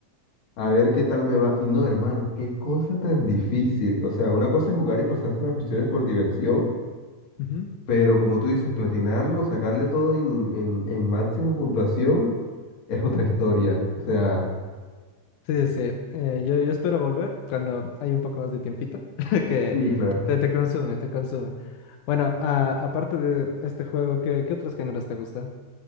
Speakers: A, on the left; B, on the left.
A: a ver qué tal me va. Y no, hermano, qué cosa tan difícil. O sea, una cosa es jugar y pasarse las misiones por diversión,
B: ujú.
A: pero como tú dices, platinarlo, sacarle todo en, en, en máximo puntuación, es otra historia. O sea,
B: Sí, sí, eh, yo, yo espero volver cuando hay un poco más de tiempito, <laughs> que
A: sí, claro.
B: te, te consume, te consume. Bueno, a- aparte de este juego, ¿qué, qué otros géneros te gustan?